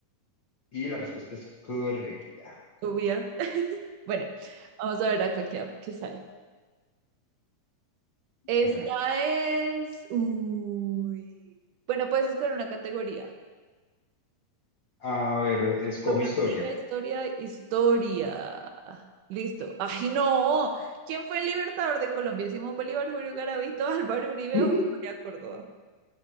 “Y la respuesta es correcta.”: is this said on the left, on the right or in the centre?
Left